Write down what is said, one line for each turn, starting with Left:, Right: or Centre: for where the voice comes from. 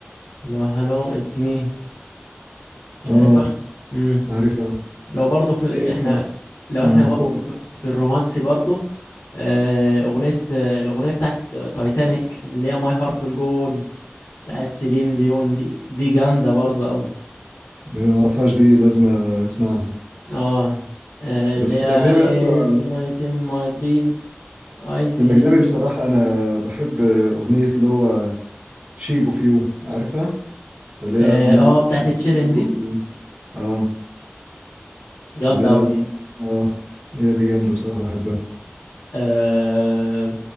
Left: اللي هو هالو اتس مي
Right: اه
Left: عارفها امم
Right: عارفها
Left: لو برضه في
Right: ايه
Left: احنا
Right: اصلا
Left: لو
Right: امم
Left: احنا برضه
Right: قول
Left: في, في الرومانسي برضه آه، اغنيه آه، الاغنيه بتاعت تايتانيك اللي هي ماي هارت ويل جو اون بتاعت سيلين ديون دي دي جامده برضه قوي
Right: ما اعرفهاش دي لازم اسمعها
Left: اه آه،
Right: بس
Left: اللي هي
Right: في الاجنبي
Left: every
Right: اصلا
Left: night in my dreams I
Right: في
Left: see
Right: الاجنبي
Left: you
Right: بصراحه انا بحب اغنيه اللي هو شيب اوف يو عارفها اللي
Left: اه
Right: هي I'm
Left: آه،
Right: in love
Left: بتاعت
Right: with
Left: تشيرين
Right: shape
Left: دي
Right: of you اه
Left: جامده
Right: اللي هي
Left: قوي دي
Right: اه هي دي جامده بصراحه بحبها
Left: آه...